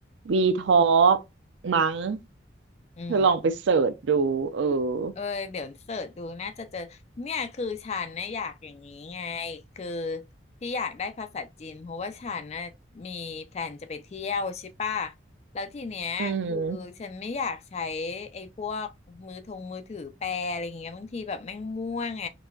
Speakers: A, on the right (about 75°); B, on the left (about 35°).
A: วีทอล์กมั้ง
B: อืม
A: เธอลองไปเสิร์ชดูเออ
B: เออเดี๋ยวเสิร์ชดูน่าจะเจอเนี่ยคือฉันนะอยากอย่างนี้ไงคือที่อยากได้ภาษาจีนเพราะว่าฉันนะมีแพลนจะไปเที่ยวใช่ป่ะแล้วทีเนี้ยคือฉันไม่อยากใช้
A: อืม
B: ไอ้พวกมือทงมือถือแปลอะไรอย่างเงี้ยบางทีแบบแม่งม่วงไง